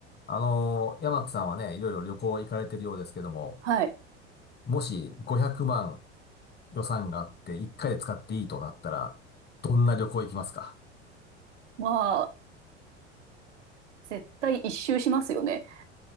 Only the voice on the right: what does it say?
はい。
まあ、絶対一周しますよね。